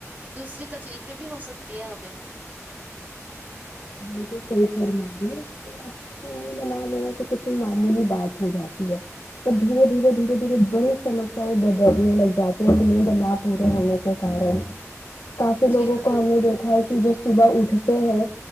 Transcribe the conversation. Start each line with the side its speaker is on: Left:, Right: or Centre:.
Right: دوسری تکلیفیں بھی ہو سکتی ہے ہمیں
Left: بالکل صحیح فرما رہی ہے نہ دین کہ ک <unintelligible> بولی بات ہو جاتی ہے اور دھیرے دھیرے دھیرے دھیرے بڑی سمسیایں بدلنے لگ جاتی ہیں کہ نیندم آپ پورا ہونے کے کارن کافی
Right: جی
Left: لوگوں
Right: یہ تو
Left: کو
Right: بالکل
Left: ہم نے دیکھا ہے کہ جو صبح اٹھتے ہیں